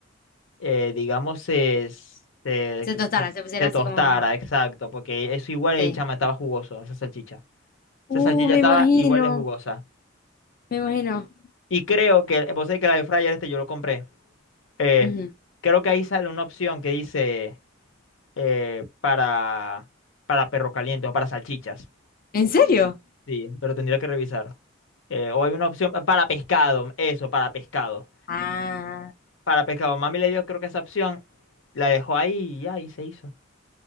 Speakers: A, on the left; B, on the left.
A: eh, digamos, se, se,
B: Se
A: que
B: tostaran,
A: pus-
B: se pusieran
A: se
B: así
A: tostara,
B: como, ajá,
A: exacto, porque eso igual el
B: sí.
A: chama estaba jugoso, esa salchicha.
B: Uh,
A: Esa salchicha
B: me
A: estaba
B: imagino,
A: igual de jugosa.
B: me imagino.
A: Y creo que, vos sabés que la de fryer este yo lo compré. eh,
B: Ujú.
A: creo que ahí sale una opción que dice eh, para, para perro caliente o para salchichas.
B: ¿En serio?
A: Sí, pero tendría que revisar. Eh, o hay una opción eh, para pescado, eso, para pescado.
B: Ah,
A: Para Pescado Mami le dio creo que esa opción, la dejó ahí y ya, y se hizo.